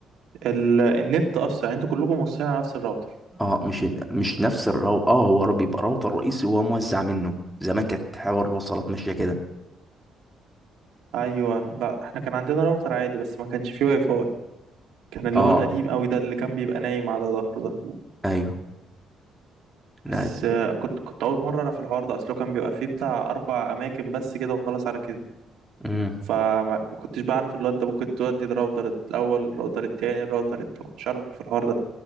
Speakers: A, on the right (about 80°); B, in the centre.
A: ال... النت أصلا يعني أنتوا كلكم موصلين على نفس الراوتر
B: اه مش مش نفس الرو... اه هو را- بيبقى راوتر رئيسي وهو موزع منه زمان كانت حوار الوصلات ماشيه كده
A: أيوه لا إحنا كان عندنا راوتر عادي بس ما كانش فيه واي فاي كان اللي
B: اه
A: هو القديم قوي ده اللي كان بيبقى نايم على ظهره ده
B: ايوه لا
A: بس آه، كنت كنت اول مره اعرف الحوار ده اصله كان بيبقى فيه بتاع اربع اماكن بس كده وخلاص على كده
B: امم
A: فما ما كنتش بعرف اللي هو انت ممكن تودي الراوتر الاول الراوتر التاني الراوتر التالت مش عارف الحوار ده